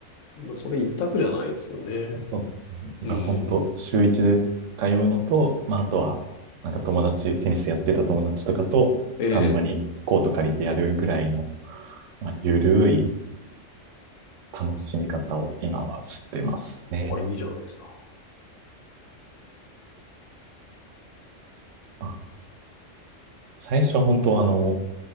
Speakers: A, on the left (about 80°); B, on the right (about 80°).
A: まあそれ一択じゃないですよね。
B: そうですね。だから本当、
A: うん。
B: 週一です。通うのと、まあ、あとは、なんか友達、テニスやってた友達とかと、
A: ええ。
B: たんまにコート借りてやるぐらいの、まあ、ゆるい楽しみ方を今はしてますね。
A: あ、いいじゃないですか。
B: まあ最初は本当、あの、